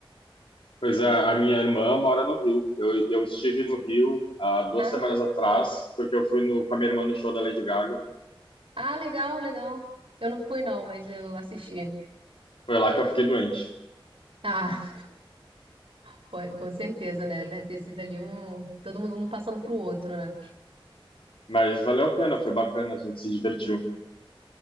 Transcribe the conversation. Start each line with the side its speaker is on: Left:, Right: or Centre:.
Left: Pois é, a minha irmã mora no Rio. Eu, eu estive no Rio há duas
Right: Ah,
Left: semanas atrás, porque eu fui no, com a minha irmã no show da Lady Gaga.
Right: ah, legal, legal. Eu não fui, não, mas eu assisti.
Left: Foi lá que eu fiquei doente.
Right: Ah, <laughs> foi- com certeza, né? Deve ter sido ali um. Todo mundo um passando pro outro, né?
Left: Mas valeu a pena, foi bacana, a gente se divertiu.